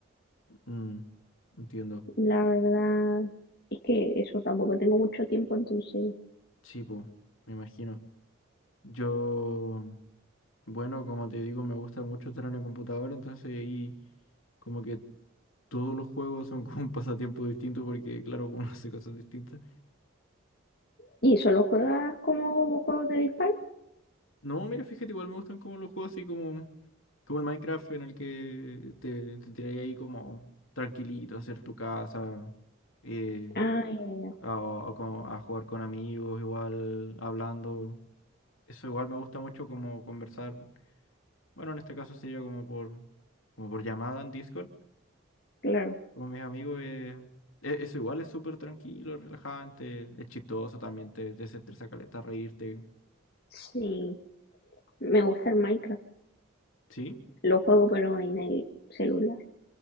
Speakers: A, on the left; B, on the left.
A: Mm, entiendo.
B: La verdad es que eso, tampoco tengo mucho tiempo, entonces...
A: Sí, pues, me imagino. Yo, bueno, como te digo, me gusta mucho estar en el computador, entonces ahí como que todos los juegos son como un <laughs> pasatiempo distinto porque, claro, uno hace cosas distintas.
B: ¿Y solo juegas como juegos de disparo?
A: No, mira, fíjate, igual me gustan como los juegos así como, como el Minecraft en el que te, te tiras ahí como tranquilito a hacer tu casa, eh,
B: Ah, ya, ya,
A: a, a como- a jugar con amigos, igual hablando. Eso igual me gusta mucho como conversar. Bueno, en este caso sería como por, como por llamada en Discord,
B: claro.
A: con mis amigos. eh, e- eso igual es súper tranquilo, relajante, es chistoso también, te, te desestresa caleta, reírte.
B: Sí, me gusta el Minecraft.
A: ¿Sí?
B: Lo juego pero en el celular.